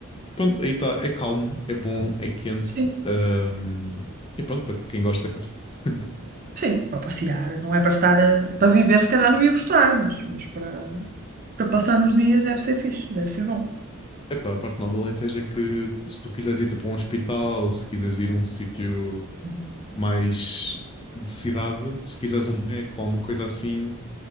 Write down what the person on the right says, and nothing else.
Sim.
Sim, para passear, não é para estar a- para viver, se calhar não ia gostar, mas, mas para, para passar uns dias deve ser fixe, deve ser bom.
Uhum.